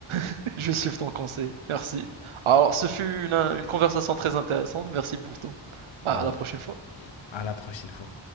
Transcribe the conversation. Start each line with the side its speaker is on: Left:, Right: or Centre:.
Right: <laughs> Je suis ton conseil, merci. Alors, ce fut une, une conversation très intéressante, merci pour tout. À
Left: Euh,
Right: la prochaine fois.
Left: à la prochaine fois.